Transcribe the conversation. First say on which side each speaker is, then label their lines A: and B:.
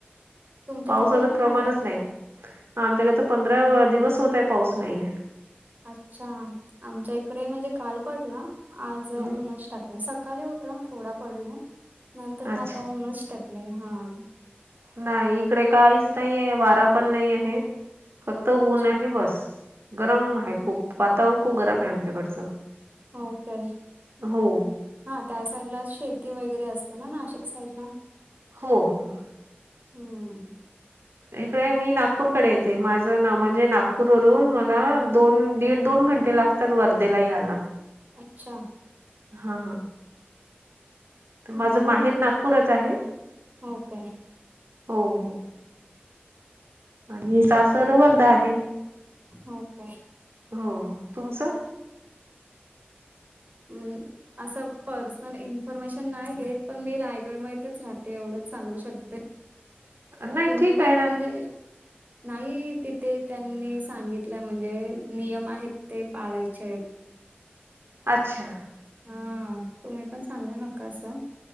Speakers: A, on the right (about 45°); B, on the right (about 75°).
A: तुमच्या
B: पावसाचं
A: तिकडे पण
B: प्रमाणच
A: नाहीये.
B: नाही आमच्याकडे तर पंधरा दिवस होत आहे पाऊस नाहीये.
A: अच्छा आमच्या इकडे म्हणजे काल पडला आज
B: आहे
A: ऊनच टाकले सकाळी हो त थोडा पडला नंतर
B: अच्छा
A: मता ऊनच टाकलंय हां.
B: नाही इकडे काहीच नाही आहे वारा पण नाही आहे फक्त ऊनच
A: अच्छा
B: आहे बस. गरम
A: हा
B: आहे खूप वातावरण खूप गरम आहे आमच्याकडच.
A: हो काय?
B: हो.
A: हां त्या साईडला शेती वगैरे असते ना नाशिक साईडला?
B: हो हो.
A: हम्म.
B: इकडे मी नागपूरकडे येते माझं ना म्हणजे नागपूरवरून मला दोन दीड दोन घंटे लाग तात वर्धेला यायला.
A: अच्छा.
B: हां तर माझं
A: मग
B: माहेर नागपूरच आहे.
A: हो काय?
B: हो हो आणि सासर वर्धा आहे.
A: हो काय?
B: हो तुमचं?
A: <unintelligible> असं पर्सनल इन्फॉर्मेशन नाही देत पण मी रायगडमध्येच राहते एवढंच सांगू शकते.
B: नाही
A: तुम्ही
B: ठीक
A: पण
B: आहे ना
A: म्हणजे नाही तिथे त्यांनी सांगितलंय म्हणजे नियम आहेत ते पाळायचे आहेत.
B: अच्छा.
A: हां तुम्ही पण सांगू नका असं.